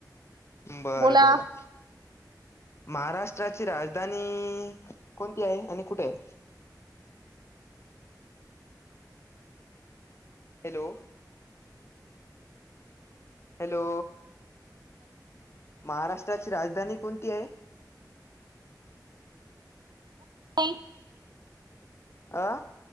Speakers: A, on the left (about 40°); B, on the right (about 75°).
A: बरं
B: बोला
A: बरं महाराष्ट्रांची राजधानी कोणती आहे आणि कुंठे आहे हॅलो हॅलो महाराष्ट्रांची राजधानी कोणती आहे
B: का <unintelligible>
A: आं